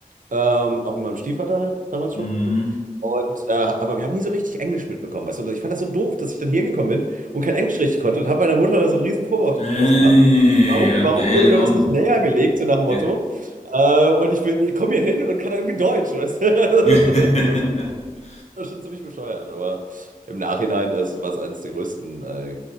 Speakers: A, on the right; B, on the left.
A: Ähm, auch mit meinem Stiefvater halt damals
B: Mhm.
A: schon. Und, äh, aber wir haben nie so richtig Englisch mitbekommen. Weißt du? Und ich fand das so doof, dass ich dann hier gekommen bin und kein Englisch richtig konnte und habe meiner Mutter da so einen riesen Vorwurf
B: Äh,
A: draus gemacht. Warum,
B: ja,
A: warum
B: ja, ja, das
A: wurde mir
B: ist auch
A: das
B: ein,
A: nicht näher gelegt, so nach dem Motto?
B: ja.
A: Äh, und ich, will- ich komme hier hin und kann da irgendwie Deutsch, weißt du?
B: <laughs>
A: <laughs> Das war schon ziemlich bescheuert, aber im Nachhinein ist es eines der größten äh,